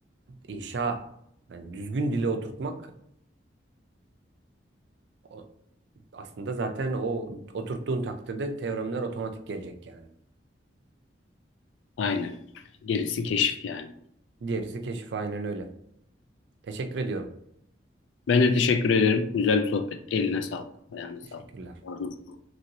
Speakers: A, on the right; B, on the left.
A: inşa yani düzgün dile oturtmak o- aslında zaten o oturttuğun takdirde teoremler otomatik gelecek yani.
B: Aynen. Gerisi keşif yani.
A: Diğerisi keşif aynen öyle. Teşekkür ediyorum.
B: Ben de teşekkür ederim. Güzel bir sohbetti. Eline sağlık. Ayağına
A: Teşekkürler.
B: sağlık. Ağzına sağlık.